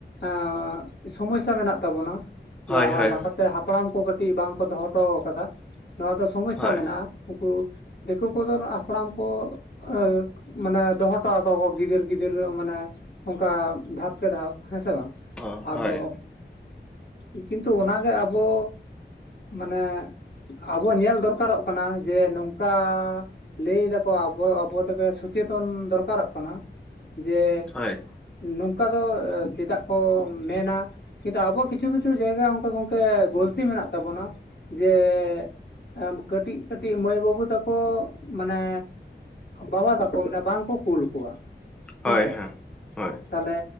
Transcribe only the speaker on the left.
ᱮ ᱥᱚᱢᱚᱥᱟ ᱢᱮᱱᱟᱜ ᱛᱟᱵᱚᱱᱟ
ᱞᱟᱦᱟ
ᱞᱟᱦᱟᱛᱮ ᱦᱟᱯᱲᱟᱢ ᱠᱚ ᱠᱟᱹᱴᱤᱡ ᱵᱟᱝᱠᱚ ᱫᱚᱦᱚ ᱼᱼ ᱴᱚ ᱟᱠᱟᱫᱟ ᱱᱚᱣᱟ ᱫᱚ ᱥᱚᱢᱚᱥᱟ
ᱢᱮᱱᱟᱜᱼᱟ ᱩᱱᱠᱩ ᱫᱤᱠᱩ ᱠᱚᱫᱚ ᱦᱟᱯᱲᱟᱢ ᱠᱚ ᱮ ᱢᱟᱱᱮ ᱫᱚᱦᱚᱴᱚᱜ ᱟᱠᱳᱭᱟᱠᱳ ᱜᱤᱫᱟᱹᱨ ᱜᱤᱫᱟᱹᱨ ᱢᱟᱱᱮ ᱚᱱᱠᱟ ᱫᱷᱟᱯ ᱠᱮ ᱫᱷᱟᱯ ᱦᱮᱸᱥᱮ ᱵᱟᱝ
ᱟᱫᱚ
ᱮ ᱠᱤᱱᱛᱩ ᱚᱱᱟᱜᱮ ᱟᱵᱚ ᱢᱟᱱᱮ ᱟᱵᱚ ᱧᱮᱞ ᱫᱚᱨᱠᱟᱨᱚᱜ ᱠᱟᱱᱟ ᱡᱮ ᱱᱚᱝᱠᱟ ᱞᱟᱹᱭ ᱫᱟᱠᱚ ᱟᱵᱚ ᱟᱵᱚ ᱛᱮᱯᱮ ᱥᱚᱪᱮᱛᱚᱱ ᱫᱚᱨᱠᱟᱨᱚᱜ ᱠᱟᱱᱟ ᱡᱮ
ᱱᱚᱝᱠᱟ ᱫᱚ ᱪᱮᱫᱟᱜ ᱠᱚ ᱢᱮᱱᱼᱟ ᱠᱤᱱᱛᱩ ᱟᱵᱚᱣᱟᱜ ᱠᱤᱪᱷᱩ ᱠᱤᱪᱷᱩ ᱡᱟᱭᱜᱟ ᱚᱱᱠᱟ ᱜᱚᱝᱠᱮ ᱜᱚᱞᱛᱤ ᱢᱮᱱᱟᱜ ᱛᱟᱵᱚᱱᱟ ᱡᱮᱻᱮ ᱠᱟᱹᱴᱤᱡ ᱠᱟᱹᱴᱤᱡ ᱢᱟᱹᱭ ᱵᱟᱹᱵᱩ ᱛᱟᱠᱚ ᱢᱟᱱᱮ ᱵᱟᱵᱟ ᱛᱟᱠᱚ ᱢᱟᱱᱮ ᱵᱟᱝᱠᱚ ᱠᱩᱞ ᱠᱚᱣᱟ
ᱦᱮᱸᱥᱮ
ᱛᱟᱦᱚᱞᱮ